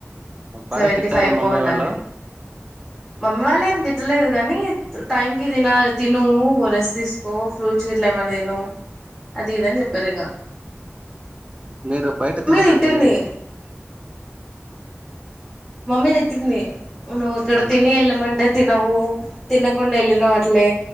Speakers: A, on the right; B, in the centre.
A: బాగా
B: సెవెంటీ
A: తిట్టారా
B: ఫైవ్ అబో
A: మమ్మీ
B: ఉండాలి
A: వాళ్ళు
B: మమ్మీ వాళ్ళు ఏం తిట్టలేదు కాని టైం కి తినాలి తిను ఓ రెస్ తీసుకు. కో ఫ్రూట్స్ గిట్ల ఏమన్నా తిను అది ఇది అని చెపింరిగా
A: మీరు బయట తినకండి.
B: తిట్టింది మమ్మీ తిట్టింది నువ్వు ఇక్కడ
A: ఆ
B: తిని వెళ్ళమంటే. తినవు తినకుండా వెళ్ళినావు అట్లే